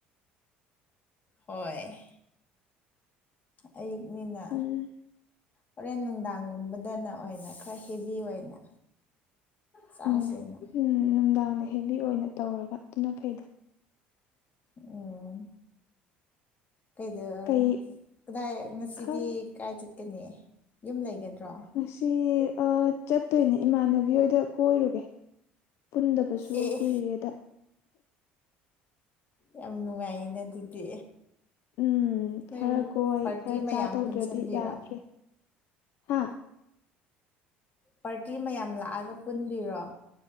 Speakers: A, on the left; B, on the left.
A: ꯍꯣꯏ ꯑꯌꯨꯛꯅꯤꯅ
B: ꯎꯝ
A: ꯍꯣꯔꯦꯟ ꯅꯨꯡꯗꯥꯡꯒꯨꯝꯕꯗꯅ ꯑꯣꯏꯅ ꯈꯔ ꯍꯦꯚꯤ ꯑꯣꯏꯅ ꯆꯥꯁꯦꯅ
B: ꯎꯝ ꯅꯨꯡꯗꯥꯡꯅ ꯍꯦꯕꯤ ꯑꯣꯏꯅ ꯇꯧꯔꯒ ꯑꯗꯨꯅ ꯐꯩꯗ
A: ꯑꯣ ꯀꯩꯗ
B: ꯀꯩ
A: ꯀꯗꯥꯏ ꯉꯁꯤꯗꯤ
B: ꯈꯪ
A: ꯀꯥꯏ ꯆꯠꯀꯅꯤ ꯌꯨꯝ ꯂꯩꯒꯗ꯭ꯔꯣ
B: ꯉꯁꯤ ꯆꯠꯇꯣꯏꯅꯦ ꯏꯃꯥꯟꯅꯕꯤ ꯍꯣꯏꯗ ꯀꯣꯏꯔꯨꯒꯦ ꯄꯨꯟꯗꯕꯁꯨ
A: ꯑꯦ
B: ꯀꯨꯏꯔꯦꯗ
A: ꯌꯥꯝ ꯅꯨꯡꯉꯥꯏꯌꯦꯅ ꯑꯗꯨꯗꯤ
B: ꯎꯝ
A: ꯅꯣꯏ
B: ꯈꯔ ꯀꯣꯏ
A: ꯄꯥꯔꯇꯤ
B: ꯈꯔ
A: ꯃꯌꯥꯝ
B: ꯆꯥ ꯇꯧꯗ꯭ꯔꯗꯤ
A: ꯄꯨꯟꯁꯤꯟꯗꯣꯏꯔꯣ
B: ꯌꯥꯗ꯭ꯔꯦ ꯍꯥ
A: ꯄꯥꯔꯇꯤ ꯃꯌꯥꯝ ꯂꯥꯛꯑꯒ ꯄꯨꯟꯕꯤꯔꯣ